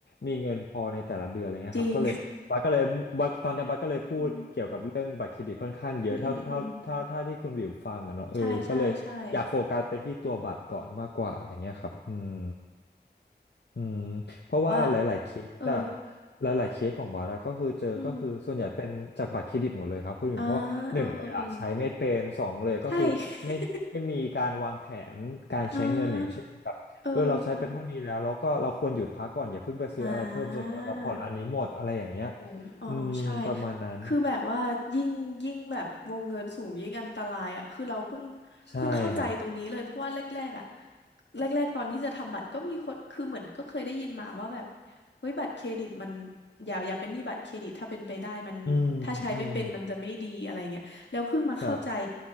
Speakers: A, on the left; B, on the left.
A: มีเงินพอในแต่ละเดือนอะไรเงี้ยครับก็เลยบัสก็เลยบาสตอนเนี้ยบัสก็เลยพูด
B: จริง <laughs> อืม
A: เรื่องบัตรเครดิตค่อนข้างเยอะเท่าเท่าเท่าเท่าที่คุณวิวฟังอะเนาะเออก็เลยอยากโฟกัสไปที่ตัวบัตรก่อนมากกว่าอย่างเงี้ยครับอืม
B: อืมอืมอืมใช่ใช่ใช่
A: อืมเพราะว่าหลายๆเคสอะ
B: ว่าเออ
A: หลายๆเคสของบัตรอะก็คือเจอก็คือส่วนใหญ่เป็นจากบัตรเครดิตหมดเลยครับคุณวิวเพราะว่าหนึ่งเลยอะใช้ไม่เป็นสองเลยก็คือไม่ไม่มีการวางแผนการใช้เงินอย่างเช่น
B: อืมอ่าเออเออเออใช่ <laughs> อ่าเออเออเออ
A: เออเราใช้ไปเท่านี้แล้วแล้วก็เราควรหยุดพักก่อนอย่าเพิ่งไปซื้ออะไรเพิ่มจนกว่าเราผ่อนอันนี้หมดอะไรอย่างเงี้ย
B: อ่า อ๋ออ๋ออ๋อ
A: อืมประมาณนั้น
B: ใช่ คือแบบว่ายิ่ง ยิ่งแบบวงเงินสูงยิ่งอันตรายอ่ะคือเราเพิ่ง
A: ใช่ครับ
B: เพิ่งเข้าใจตรงนี้เลยเพราะว่าแรกๆอ่ะแรกๆตอนที่จะทำบัตรก็มีคนคือเหมือนก็เคยได้ยินมาว่าแบบเฮ้ยบัตรเครดิตมันอย่าอย่าเป็นหนี้บัตรเครดิตถ้าเป็นไปได้มันถ้าใช้ไม่เป็นมันจะไม่ดีอะไรเงี้ยแล้วเพิ่งมาเข้าใจ
A: อืมอืมครับ